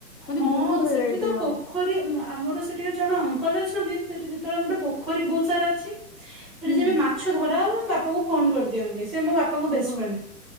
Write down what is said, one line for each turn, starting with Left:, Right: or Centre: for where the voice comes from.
Left: ମାନେ
Centre: ହଁ
Left: ବହୁତ୍
Centre: ସେଠି
Left: ଭେରାଇଟି
Centre: ତ
Left: ର।
Centre: ପୋଖରୀ ଆମର ସେଠି ଜଣେ ଅଙ୍କଲ ଅଛନ୍ତି ସେଠି ଯେତେବେଳେ ଗୋଟେ ପୋଖରୀ ବହୁତ୍ ସାରା ଅଛି। ସେଠି
Left: ହୁଁ
Centre: ଯବେ ମାଛ ଧରାହବ ବାପାଙ୍କୁ ଫୋନ କରିଦିଅନ୍ତି ସେ ମୋ ବାପା। ବାପାଙ୍କ ବେଷ୍ଟେଫ୍ରେଣ୍ଡ
Left: ଓହୋ।